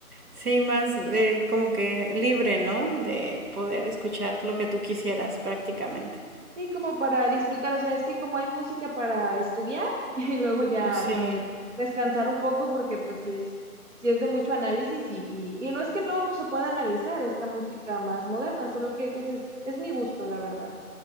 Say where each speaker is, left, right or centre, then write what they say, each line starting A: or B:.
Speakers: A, on the right; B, on the right.
A: sí, más eh, como que libre, ¿no? De poder escuchar lo que tú quisieras prácticamente.
B: Sí, como para disfrutar, o sea, es que como hay música para estudiar <laughs> y luego ya
A: Sí,
B: poder descansar un poco porque pues sí es, sí es de mucho análisis y, y, y no es que no se pueda analizar esta música más moderna, solo que pues es, es mi gusto, la verdad.